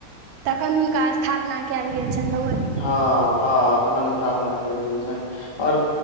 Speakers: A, on the right; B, on the left.
A: तखन हुनका स्थापना कयल गेल छनि भगवती।
B: हाँ हाँ तहन स्थापना केयल गेल छनि आओर।